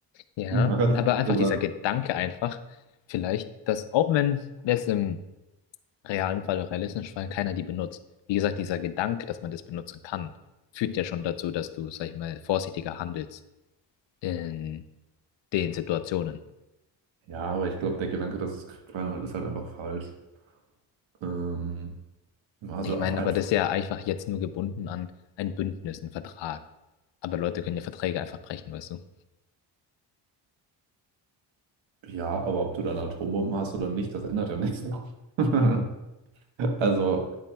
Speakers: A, on the right (about 80°); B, on the left (about 70°).
A: <laughs>
B: ja,
A: Mal ganz
B: aber
A: blöd
B: einfach
A: gesagt.
B: dieser Gedanke einfach, vielleicht, dass auch wenn jetzt im realen Fall, oder realistischen Fall, keiner die benutzt. Wie gesagt, dieser Gedanke, dass man das benutzen kann, führt ja schon dazu, dass du, sag ich mal, vorsichtiger handelst in den Situationen.
A: Ja, aber ich glaube, der Gedanke, dass es Krieg war, ist halt einfach falsch. Ähm, also
B: Ich meine,
A: auch einfach.
B: aber das ist ja einfach jetzt nur gebunden an ein Bündnis, einen Vertrag. Aber Leute können ja Verträge einfach brechen, weißt du?
A: Ja, aber ob du dann Atombomben hast oder nicht, das ändert ja nichts. <laughs> Also,